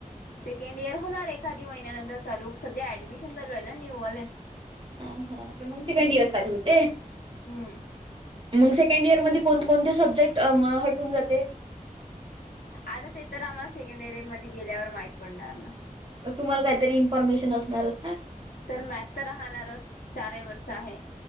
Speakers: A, on the left; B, on the right.
A: सेकंड इयर होणार एखाधी महिन्यानंतर चालू सध्या ऍडमिशन चालू आहे ना न्यूवाले.
B: हा हा तर मग सेकंड इयर चालू होते.
A: हम्म.
B: मग सेकंड इयर मध्ये कोणते कोणते सब्जेक्ट हटून जाते.
A: आता ते तर आम्हाला सेकंड एरी मध्ये गेल्यावर माहित पडणार ना,
B: मग तुम्हाला काहीतरी इनफॉर्मेशन असणारच ना,
A: तर मॅथ तर राहणारच चारीवरच आहे.